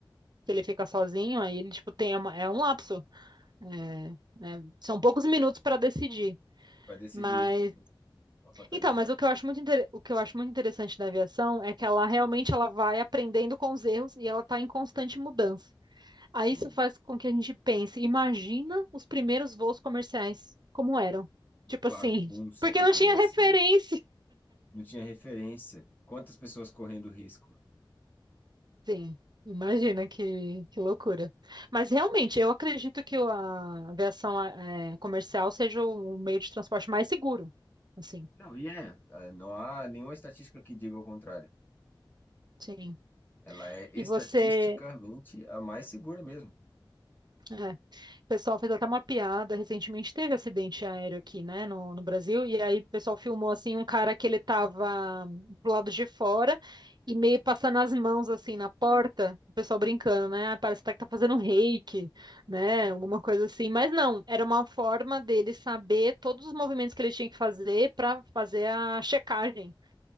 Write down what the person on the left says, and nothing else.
Para decidir
uma fatalidade.
Sim.
E
bagunça
que
devia
ser. Não tinha referência. Quantas pessoas correndo risco?
Não, e é, ah, não há nenhuma estatística que diga o contrário.
Ela é
estatisticamente
a mais segura mesmo.